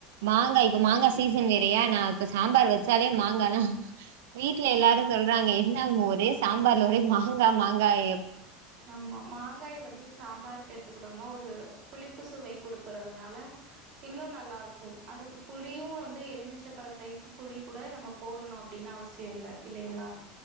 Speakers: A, on the right; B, on the right.
A: மாங்காய் மாங்கா சீசன் வேறையா நா இப்ப சாம்பார் வெச்சாலே மாங்காதா வீட்ல எல்லாரு சொல்றாங்க என்ன அம்மு ஒரே சாம்பார்ல ஒரே மாங்கா மாங்காய்
B: ஆமா மாங்காய் வந்து சாம்பாருக்கு எடுத்துக்குட்டோம்னா ஒ ரு புளிப்பு சுவை குடுக்குறதுனால இன்னு நல்லா இருக்கு அதுக்கு புளியு வந்து எலுமிச்சப் பழ சைசு புளி கூட நம்ம போடணு அப்டின்னு அவசியோ இல்ல இல்லைங்களா